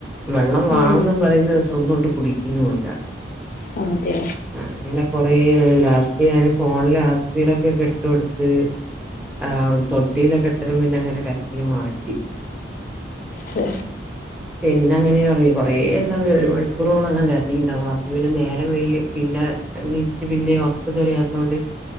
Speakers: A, in the centre; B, on the left.
A: വെള്ളം വാണന്ന്
B: ഉം
A: പറയുന്ന് പക്ഷെ ഒന്നോട്ട് കുടിക്കുന്നുല്ല
B: ഒന്ന് തെ
A: അങ്ങനെ കൊറേ നേരം ലാസ്റ്റ് ഞാന് ഫോണില് ഹസ്ബിറബിയോക്കെ ഇട്ടു കൊടുത്ത് ആ തൊട്ടിയി ലൊകെട്ടരം പിന്നെ അങ്ങനെ കരച്ചില് മാറ്റി
B: ശെ
A: പിന്നെ അങ്ങനെ ഒറങ്ങി കുറേ സമയം ഒരു മണിക്കൂറോളം അങ്ങനെ കരഞീണ്ടാവും അപ്പോ പിന്നെ നേരം വൈകി പിന്നെ എണീച്ചിട്ട് പിന്നെ ഉറക്കം തെളിയാ ത്തോണ്ട്